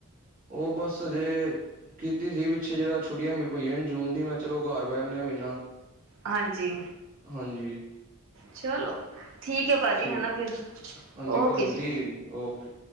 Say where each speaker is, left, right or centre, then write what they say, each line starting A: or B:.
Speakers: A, on the right; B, on the right.
A: ਉਹ, ਬਸ ਹਜੇ - ਕੀਤੀ ਸੀ, ਪਿੱਛੇ ਜਿਹੜਾ ਛੁੱਟੀਆਂ ਪਈਆਂ ਨੇ, ਜੂਨ ਦੀ ਮੈਂ ਚਲੋ ਘਰ ਬਹਿ ਆਉਣੇ ਆਂ, ਮਹੀਨਾ-
B: ਹਾਂਜੀ।
A: ਹਾਂਜੀ
B: ਚਲੋ ਠੀਕ ਹੈ, ਭਾਜੀ
A: ਠੀਕ
B: ਹੈਨਾ ਫੇਰ,
A: ਹਾਂਜੀ
B: ਓਕੇ
A: ਕੋਈ ਨੀ
B: ਜੀ।
A: ਠੀਕ ਹੈ ਓਕੇ।